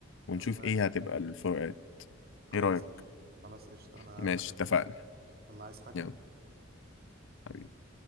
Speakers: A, on the left; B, on the right.
A: ونشوف
B: لو ماله
A: إيه هتبقى الفروقات
B: خلاص
A: إيه رأيك؟
B: قشطة خلاص قشطة انا
A: ماشي
B: بكلمك
A: اتفقنا
B: الله عايز حاجة
A: يلا حبيبي